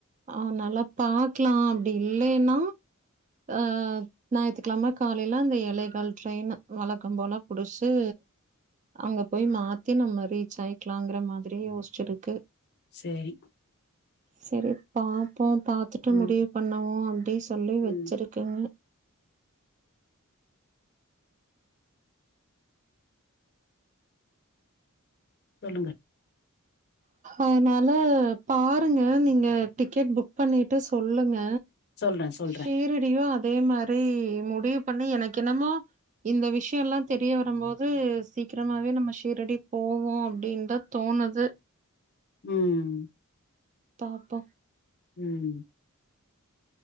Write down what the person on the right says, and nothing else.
ஆனால பாக்கலா அப்டி இல்லைன்னா ஆ ஞாயித்துக்கிழம காலையில அந்த ஏலேகால் ட்ரெயின்னு வழக்க போல புடிச்சு அங்க போய் மாத்தி நம்ம ரீச் ஆயிக்கலாங்கிற மாதிரி யோசிச்சிருக்கு
சரி பாப்போ பாத்துட்டு
முடிவு பண்ணுவோ அப்டி சொல்லி வச்
இருக்கங்க
அதனால பாருங்க நீங்க டிக்கெட் புக் பண்ணிட்டு சொல்லுங்க
ஷீரடியும் அதே மாரி முடிவு பண்ணி எனக்கு என்னமோ இந்த விஷயல்லா தெரிய வரும் போது சீக்கிரமாவே நம்ம ஷீரடி போவோ அப்டீனுதா தோணுது
பாப்போ